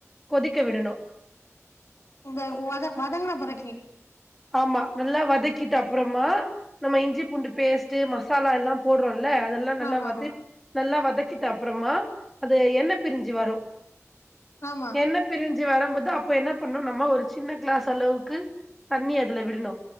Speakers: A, in the centre; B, on the left.
A: கொதிக்க விடனும்
B: இந்த வத வதங்குன பெறைக்கி
A: ஆமா நல்லா வதக்கிட்டு அப்றமா நம்ம இஞ்சி பூண்டு பேஸ்ட் மசாலா எல்லா போடுறோம்ல அதெல்லா நல்லா
B: ஆமா
A: வது
B: ஆமா
A: நல்லா வதக் கிட்ட அப்புறமா அது எண்ண பிரிஞ்சி வரும்
B: ஆமா
A: எண்ண பிரிஞ்சு ச் வரும்போது அப்போ என்ன பண்ணும் நம்ம ஒரு சின்ன கிளாஸ் அளவுக்கு தண்ணி அதுல விடணும்